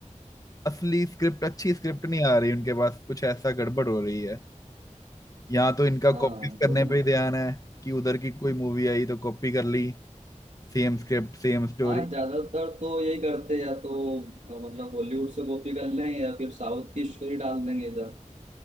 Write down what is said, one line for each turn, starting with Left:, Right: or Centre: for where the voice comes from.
Left: असली स्क्रिप्ट अच्छी स्क्रिप्ट नहीं आ रही उनके पास कुछ ऐसा गड़बड़ हो रही है यहाँ तो इनका
Right: हाँ
Left: कॉपीज करने
Right: बोल
Left: पे
Right: ना
Left: ही ध्यान है कि उधर की कोई मूवी आई तो कॉपी कर ली Same script same story
Right: हाँ ज्यादातर तो यही करते हैं, या तो अ, मतलब बॉलीवुड से कॉपी कर लें या फिर साउथ की स्टोरी डाल देंगे इधर